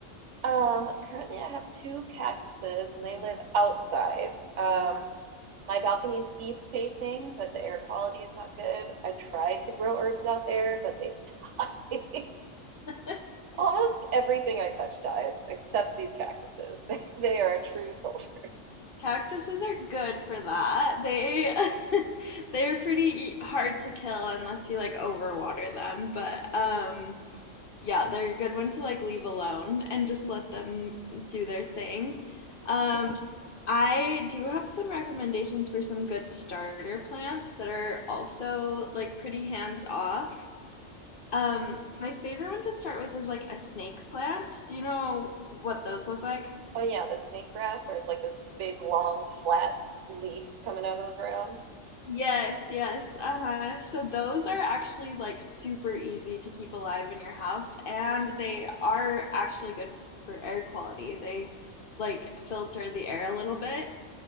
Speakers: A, on the right (about 70°); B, on the left (about 50°).
A: Um, currently, I have two cactuses and they live outside. Um, my balcony is east facing, but the air quality is not good. I tried to grow herbs out there, but they <laughs> died.
B: <laughs>
A: Almost everything I touch dies, except these cactuses. <laughs> They, they are true soldiers.
B: Cactuses are good for that. They <laughs> they're pretty e, hard to kill unless you like overwater them, but um yeah, they're a good one to like leave alone and just let them do their thing. Um I do have some recommendations for some good starter plants that are also like pretty hands off. Um, my favorite one to start with is like a snake plant. Do you know what those look like?
A: Oh yeah, the snake grass where it's like this big long flat leaf coming out of the ground.
B: Yes, yes. Uh-huh. So those are actually like super easy to keep alive in your house and they are actually good for air quality. They like filter the air a little bit.